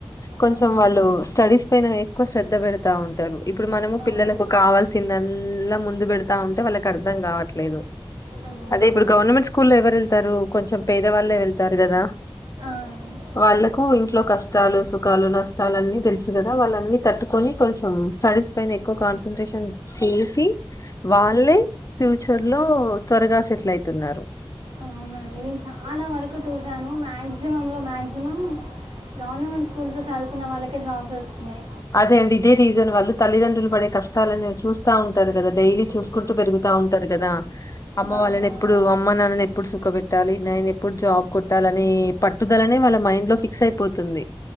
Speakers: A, on the left; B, on the right.
A: కొంచెం
B: అవును.
A: వాళ్ళు స్టడీస్ పైన ఎక్కువ శ్ర ద పెడతా ఉంటారు ఇప్పుడు మనము
B: అవును.
A: పిల్లలకు కావాల్సిందల్ల ముందు పెడతా ఉంటే వాళ్ళకి అర్ అర్ధం కావట్లేదు
B: అవును.
A: అదే ఇప్పుడు గవర్నమెంట్ స్కూల్ లో ఎవరు వెళ్తారు కొంచెం పేద వాళ్ళే వెళ్తారు కదా
B: అవును
A: వాళ్ళకు ఇంట్లో కష్టాలు సుఖాలు నష్టాలు అన్ని తెలుసు కదా వాళ్ళన్ని తట్టుకొని కొంచెం స్టడీస్ పైన ఎక్కువ కాన్సన్ట్రేషన్ చేసి వాళ్ళే ఫ్యూచర్ లో త్వరగా సెటిల్ ఐతున్నరు
B: అవునండి నేను చాలా వరకు చూసాను మాక్సిమం లో మాక్సిమం గవర్నమెంట్ స్కూల్స్ లో చదువుకున్న వాళ్ళకే జాబ్స్ వస్తున్నాయి
A: అదే అండి ఇదే రీజన్ వాళ్ళు తల్లిదండ్రులు పడ కష్టాలని చూస్తా ఉంటారు కదా డైలీ చూసుకుంటూ పెరుగుతారు ఉంటారు కదా అమ్మ
B: ఆ.
A: వాళ్ళని ఎప్పుడు అమ్మ నాన్నని ఎప్పుడు సుఖ పెట్టాలి నేను ఎప్పుడు జాబ్ కొట్టాలి ఆని పట్టుదలనే వాళ్ళ మైండ్ లో ఫిక్స్ అయిపోతుంది